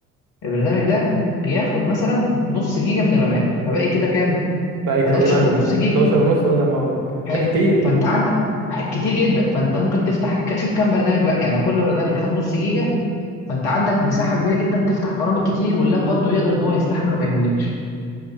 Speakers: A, on the left (about 60°); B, on the right (about 50°).
A: البرنامج ده بياخد مثلا نص جيجا من الرامات فباقي كده كام
B: بقى تقريبا
A: 11 ونص جيجا
B: 11 ونص اه ده ما-
A: حلو
B: ده كتير
A: فانت عندك ح- كتير جدا فانت ممكن تفتح ك- شوف كام برنامج بقى يعني لو كل برنامج خد نص جيجا فانت عندك مساحه كبيره جدا تفتح برامج كتير واللاب برضو يقدر ان هو يستحمل وما يهنكش